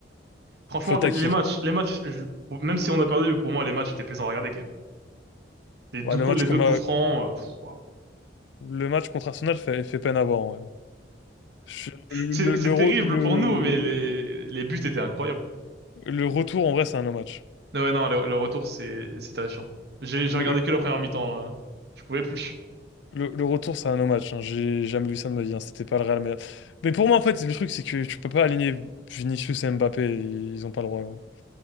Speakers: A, on the right (about 65°); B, on the left (about 80°).
A: franchement,
B: Faute
A: les,
B: à qui?
A: les matchs, les matchs, je- même si on a perdu, pour moi, les matchs étaient plaisants à regarder quand même. Les deux
B: Ouais, le
A: coups,
B: match,
A: les
B: comme,
A: deux coups
B: euh,
A: francs, euh, pff, waouh.
B: le match contre Arsenal fait, fait peine à voir, en vrai. Je- le,
A: C'est,
B: le,
A: c'est
B: le,
A: terrible
B: re- le-
A: pour nous, mais les, les buts étaient incroyables.
B: Le retour, en vrai, c'est un no match.
A: Non, ouais, non, le, le retour, c'est, c'est terrifiant. J'ai, j'ai
B: Le,
A: regardé que la première mi-temps, là. Je pouvais plus.
B: le, le retour, c'est un no match. hein. J'ai jamais vu ça de ma vie. hein. C'était pas le Real Madrid. Mais pour moi, en fait, le truc, c'est que tu peux pas aligner Vinicius et Mbappé. Ils ont pas le droit. gros.